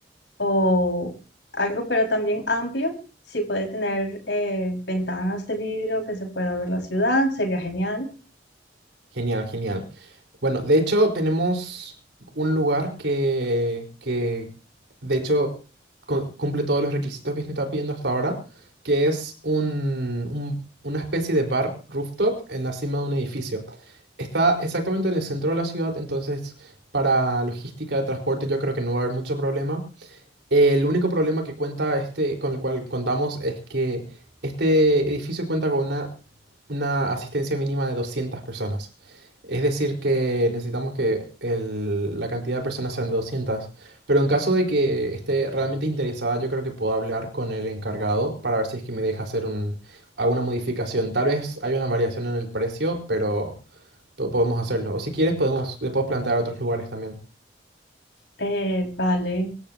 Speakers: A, on the left (about 75°); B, on the right (about 70°).
A: o algo, pero también amplio. Si puede tener eh, ventanas de vidrio que se pueda ver la ciudad, sería genial.
B: Genial, genial. Bueno, de hecho tenemos un lugar que, que de hecho cu- cumple todos los requisitos que se está pidiendo hasta ahora, que es un, un- una especie de bar rooftop en la cima de un edificio. Está exactamente en el centro de la ciudad, entonces para logística de transporte yo creo que no va a haber mucho problema. El único problema que cuenta este, con el cual contamos es que este edificio cuenta con una, una asistencia mínima de 200 personas. Es decir, que necesitamos que el- la cantidad de personas sean de 200. Pero en caso de que esté realmente interesada, yo creo que puedo hablar con el encargado para ver si es que me deja hacer un- alguna modificación. Tal vez hay una variación en el precio, pero po- podemos hacerlo. O si quieres, podemos, le puedo plantear otros lugares también.
A: Eh, vale,